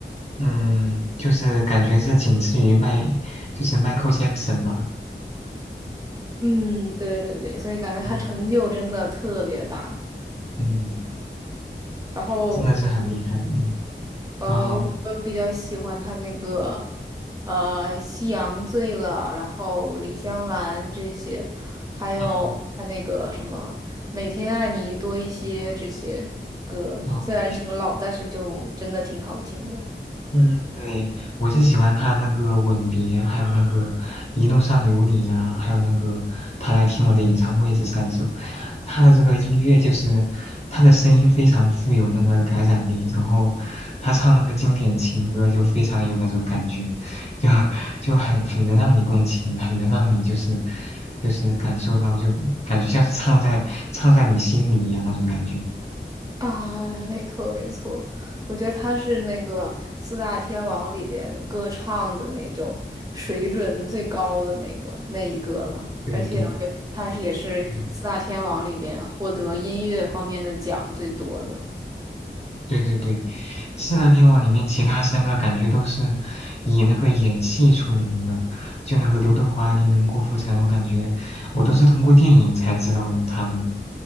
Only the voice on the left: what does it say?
嗯，就是感觉是仅次于迈，就是 Michael Jackson 吧，
嗯嗯嗯，
真的是很厉害，嗯，
然后，
哦哦。
嗯
嗯，对，我是喜欢他那个吻别，还有那个一路上有你呀、还有那个他来听我的演唱会这三首，他的这个音乐就是他的声音非常富有那个感染力，然后他唱那个经典情歌就非常有那种感觉，就就很很能让你共情，很能让你就是就是感受到，就感觉像是唱在唱在你心里一样那种感觉。
对对对，
嗯。对对对，四大天王里面其他三个感觉都是以那个演戏出名的，就那个刘德华、黎明、郭富城，我感觉我都是通过电影才知道他们，